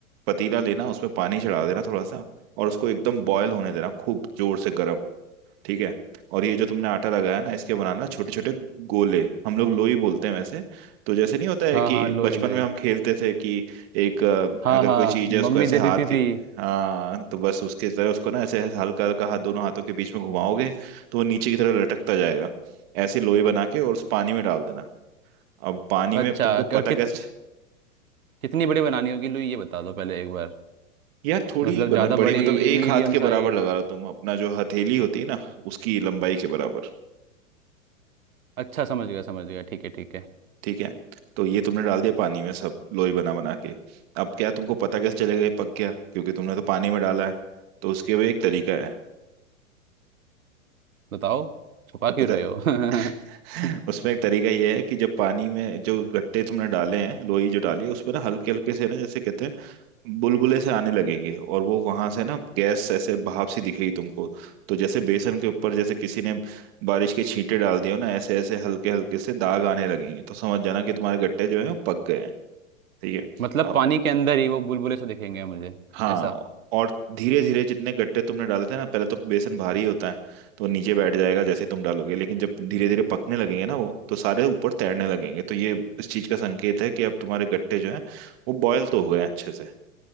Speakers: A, on the right; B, on the right.
A: पतीला लेना उसमें पानी चढ़ा देना थोड़ा सा और उसको एकदम बॉयल होने देना खूब जोर से गर्म ठीक है और ये जो तुमने आटा लगाया ना इसके बनाना छोटे छोटे गोले हम लोग लोई बोलते हैं वैसे तो जैसे नहीं होता है
B: हाँ
A: कि
B: हाँ लोई
A: बचपन
B: लोई
A: में हम खेलते थे कि एक अ,
B: हाँ
A: अगर
B: हाँ
A: कोई चीज है उसको
B: मम्मी
A: ऐसे
B: दे
A: हाथ
B: देती थी
A: के हाँ तो बस उसके तरह उसको ना ऐसे हल्का हल्का हाथ दोनों हाथों के बीच में घुमाओगे तो वो नीचे की तरफ लटकता जाएगा ऐसे लोई बना के और उस पानी में डाल देना अब पानी
B: अच्छा
A: में तुमको
B: क-
A: पता
B: कित
A: कैसे
B: कितनी बड़ी बनानी होगी लोई ये बता दो पहले एक बार
A: यार थोड़ी
B: मतलब
A: बना
B: ज़्यादा
A: बड़ी
B: बड़ी
A: मतलब एक
B: मीडियम
A: हाथ के बराबर
B: साइड
A: लगा लो तुम अपना जो हथेली होती है ना उसकी लंबाई के बराबर
B: अच्छा समझ गया समझ गया ठीक है ठीक है
A: ठीक है तो ये तुमने डाल दिया पानी में सब लोई बना बना के अब क्या तुमको पता कैसे चलेगा ये पक गया क्योंकि तुमने तो पानी में डाला है तो उसके भी एक तरीका है
B: बताओ छुपा
A: तो
B: क्यों
A: पता
B: रहे हो
A: <laughs>
B: <laughs>
A: उसमें एक तरीका ये है कि जब पानी में जो गट्टे तुमने डाले हैं लोई जो डाली है उसमें ना हल्के हल्के से ना जैसे कहते हैं बुलबुले से आने लगेंगे और वो वहां से ना गैस ऐसे भाप सी दिखेगी तुमको तो जैसे बेसन के ऊपर जैसे किसी ने बारिश के छींटे डाल दिए हो ना ऐसे ऐसे हल्के हल्के से दाग आने लगेंगे तो समझ जाना कि तुम्हारे गट्टे जो है वो पक गए हैं ठीक है
B: मतलब
A: अब
B: पानी के अंदर ही वो बुलबुले से दिखेंगे मुझे
A: हाँ
B: ऐसा
A: और धीरे धीरे जितने गट्टे तुमने डाले थे ना पहले तो बेसन भारी होता है तो वो नीचे बैठ जाएगा जैसे तुम डालोगे लेकिन जब धीरे धीरे पकने लगेंगे ना वो तो सारे ऊपर तैरने लगेंगे तो ये इस चीज का संकेत है कि अब तुम्हारे गट्टे जो हैं वो बॉयल तो हुए हैं अच्छे से